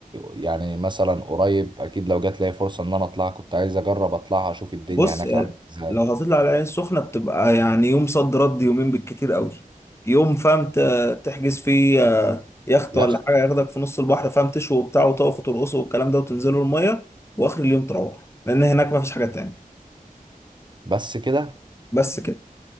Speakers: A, on the right (about 30°); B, on the left (about 20°).
A: يعني مثلا قريب اكيد لو جات لي فرصه ان انا اطلع كنت عايز اجرب اطلعها اشوف الدنيا
B: بص
A: هناك
B: يعني
A: عامله ازاي
B: لو هتطلع على العين السخنه بتبقى يعني يوم صد رد يومين بالكتير قوي يوم فاهم ت- تحجز فيه آه، يخت
A: يا
B: ولا
A: اخي
B: حاجه ياخدك في نص البحر فاهم تشوي وبتاع وتقف وترقصوا والكلام ده وتنزلوا الميه واخر اليوم تروح لان هناك ما فيش حاجه تانية
A: بس كده
B: بس كده